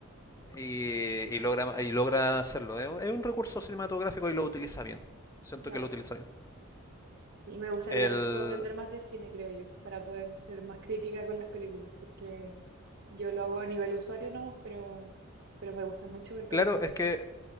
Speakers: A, on the left; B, on the right.
A: y, y logra, y logra hacerlo. Es un, es un recurso cinematográfico y lo utiliza bien. Siento
B: claro.
A: que lo utiliza bien.
B: Sí, me gustaría
A: El,
B: mucho aprender más de cine, creo yo, para poder ser más crítica con las películas, porque yo lo hago a nivel usuario nomás, pero, pero me gusta mucho ver películas.
A: claro, es que